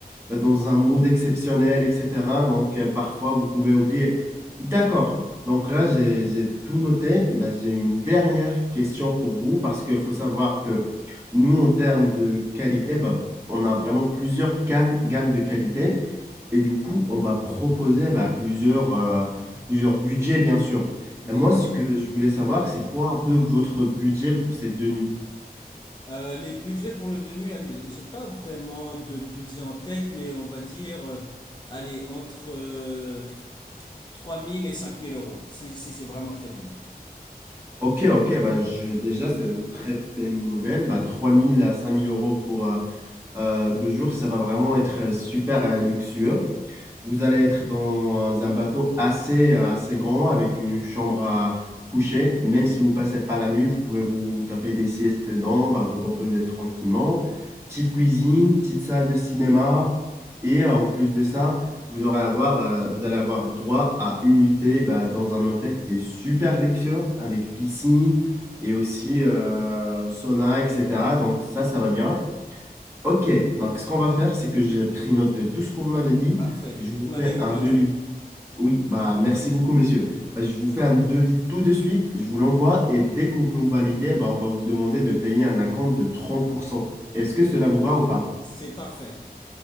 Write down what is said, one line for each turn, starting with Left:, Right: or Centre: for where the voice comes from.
Right: bah, dans un mood exceptionnel, etc. Donc, euh, parfois, vous pouvez oublier. D'accord. Donc là, j'ai, j'ai tout noté. Bah, j'ai une dernière question pour vous parce qu'il faut savoir que nous, en termes de qualité, bah, on a vraiment plusieurs gammes, gammes de qualité. Et du coup, on va proposer bah, plusieurs, euh, plusieurs budgets, bien sûr.
Left: Oui.
Right: Et moi, ce que je voulais savoir, c'est quoi un peu votre budget pour ces deux nuits?
Left: Euh, les budgets pour le deux nuits, allez, j'ai pas vraiment de budget en tête, mais on va dire, euh, allez, entre euh, 3 000 et cinq mille euros, si, si c'est vraiment très bien.
Right: Ok, ok, bah, je, déjà, c'est une très belle nouvelle. Bah, trois mille à cinq mille euros pour euh, euh, deux jours, ça va vraiment être euh, super euh, luxueux. Vous allez être dans un bateau assez, assez grand avec une chambre à coucher. Même si vous passez pas la nuit, vous pouvez vous taper des siestes dedans, bah, vous reposer
Left: Oui.
Right: tranquillement. Petite cuisine, petite salle de cinéma. Et euh, en plus de ça, vous aurez avoir, euh, vous allez avoir droit à une nuitée bah, dans un hôtel qui est super luxueux avec piscine et aussi euh, sauna, etc. Donc ça, ça va bien. Ok, donc ce qu'on va faire, c'est que j'ai pris note de tout ce qu'on m'avait dit.
Left: Parfait.
Right: Je vous
Left: Vous m'avez
Right: fais
Left: convaincu.
Right: un devis. Oui, bah merci beaucoup, monsieur. Bah, je vous fais un devis tout de suite, je vous l'envoie et dès que vous me validez, bah, on va vous demander de payer un acompte de 30%. Est-ce que
Left: Oui,
Right: cela vous va ou pas?
Left: c'est parfait.